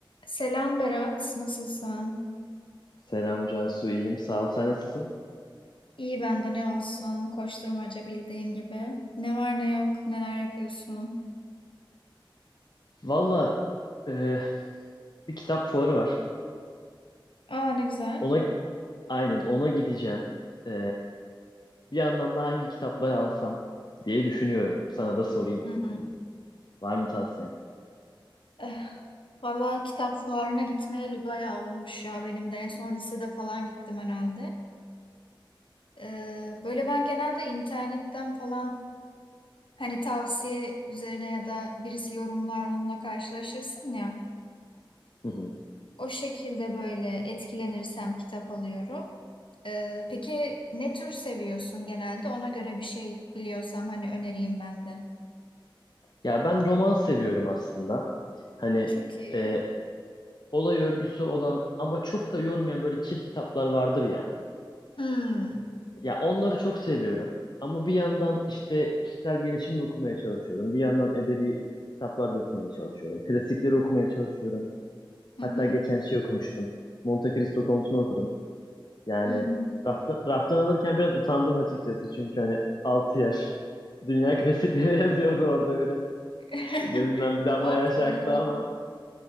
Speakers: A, on the left (about 70°); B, on the left (about 55°).
A: Selam Berat, nasılsın?
B: Selam Cansu, iyiyim. Sağ ol. Sen nasılsın?
A: İyi ben de ne olsun, koşturmaca bildiğin gibi. Ne var ne yok, neler yapıyorsun?
B: Valla e, bir kitap fuarı var.
A: Aa ne güzel.
B: Ona aynen ona gideceğim. E, bir yandan da hangi kitapları alsam diye düşünüyorum. Sana da sorayım.
A: Hmm.
B: Var mı tavsiyen?
A: Eh, valla kitap fuarına gitmeyeli bayağı olmuş ya benim de. En son lisede falan gittim herhalde. Ee, böyle ben genelde internetten falan hani tavsiye üzerine ya da birisi yorumlar onunla karşılaşırsın ya.
B: Hı hı.
A: O şekilde böyle etkilenirsem kitap alıyorum. Ee, peki ne tür seviyorsun genelde? Ona göre bir şey biliyorsam hani önereyim ben de.
B: Ya ben roman seviyorum aslında. Hani
A: Çok iyi.
B: e, olay örgüsü olan ama çok da yormayan böyle çil kitaplar vardır ya.
A: Hmm.
B: Ya onları çok seviyorum. Ama bir yandan işte kişisel gelişim de okumaya çalışıyorum. Bir yandan edebi kitaplar da okumaya çalışıyorum. Klasikleri okumaya çalışıyorum.
A: Hı
B: Hatta
A: hı.
B: geçen şey okumuştum. Monte Cristo Kontu'nu okudum. Yani
A: Hı hı.
B: rafta, raftan alırken biraz utandım açıkçası. Çünkü hani 6 yaş dünya klasikleri <laughs> yazıyordu orada biraz.
A: <laughs>
B: Gözümden bir damla
A: Olsun
B: yaş aktı
A: canım.
B: ama